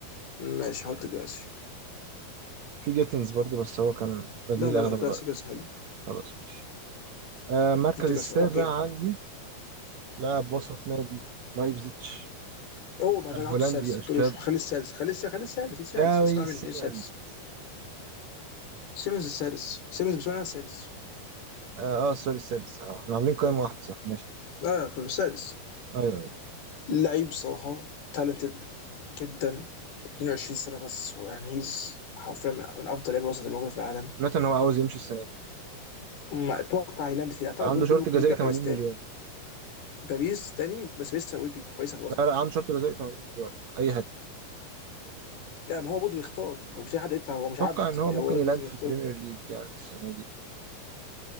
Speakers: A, on the left; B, on the right.
A: ماشي هحط جراسي
B: في جيتنز برضو بس هو كان بديل
A: لا لا
B: اغلب
A: لا جراسي
B: الوقت
A: جراسي حلو
B: خلاص ماشي آه المركز
A: احط جراسي
B: السابع
A: اوكي
B: عندي لاعب وسط نادي لايبزيتش
A: اوه ما جاد
B: الهولندي
A: حطه السادس
B: الشاب
A: ما تقولوش خليه السادس خليه السادس خليه السادس إيه السادس
B: تشافي
A: اسمع مني
B: سيمنز
A: ايه السادس سيمنز السادس سيمنز بالنسبه لي انا السادس
B: اه, آه سوري السادس آه احنا عاملين قائمة واحدة صح ماشي
A: اه فالسادس
B: ايوه ايوه
A: لعيب صراحه تالنتد جدا 22 سنه بس ويعني هيز حرفيا من افضل لعيبه وسط الموجوده في العالم
B: سمعت ان هو عاوز يمشي السنة دي
A: ما اتوقع هيلاند فيه اعتقد
B: عنده
A: بيقول بيقول
B: شرط
A: ممكن
B: جزائي
A: يرجع باريس
B: 80
A: تاني
B: مليون
A: باريس تاني بس باريس اوريدي كويسه في الوسط
B: لا لا عنده شرط جزائي 80 مليون اي حتة
A: لا ما هو برضه بيختار هو مش اي حد يدفع هو مش
B: اتوقع
A: عبد
B: ان هو ممكن
A: هو لازم
B: يلاند في
A: يختار
B: البريمير ليج يعني السنة دي